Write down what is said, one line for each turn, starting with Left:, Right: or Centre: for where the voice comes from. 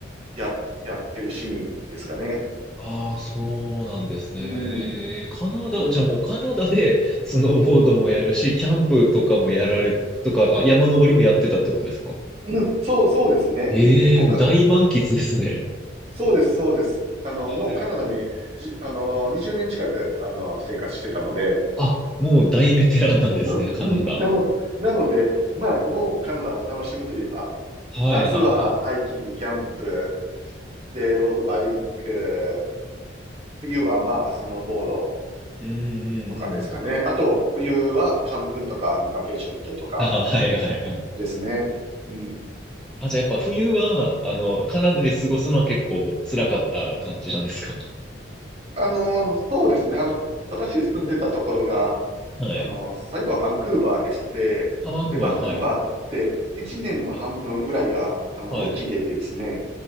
Right: や、やってる趣味ですかね。
Centre: ああ、そうなんですね。
Right: うん。
Centre: カナダ、
Right: うん。
Centre: じゃあもうカナダでスノーボードもやるし、キャンプとかもやられ、とか、あ、山登りもやってたってことですか
Right: うん、そう、そうですね。
Centre: ええー、
Right: 結構か、
Centre: もう大満喫ですね。
Right: そうです、そうです。あの、もうカナダにじ、
Centre: はい。
Right: あの、20年近く、あの、生活してたので、
Centre: あ、もう大ベテランなんですね、
Right: うん、
Centre: カナダ。
Right: うんなの、なので、まあ、もうカナダを楽しむといえば、
Centre: はいはいはい。
Right: 夏はハイキング、キャンプ、で、ロードバイク、冬はまあ、スノーボード
Centre: うんうんうん。
Right: とかですかね。あと、冬はカンクンとかにバケーション行ったりとか
Centre: あ、はいはいはい。
Right: ですね。うん。
Centre: あ、じゃあやっぱ冬は、あの、カナダで過ごすのは結構辛かった感じなんですか
Right: あの、そうですね。あの、私住んでたところが、
Centre: はい。
Right: あの、最後はバンクーバーでして、
Centre: あ、バンクーバーの、
Right: で、バンクーバーって1年の半分ぐらいが、
Centre: はい。
Right: あの、
Centre: はい。
Right: 雨季でですね。